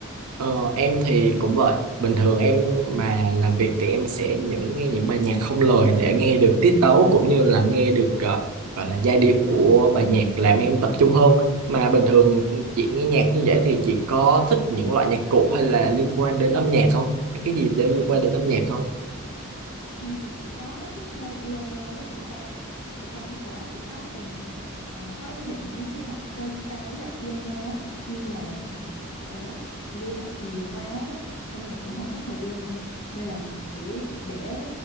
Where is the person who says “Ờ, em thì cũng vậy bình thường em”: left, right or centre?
Right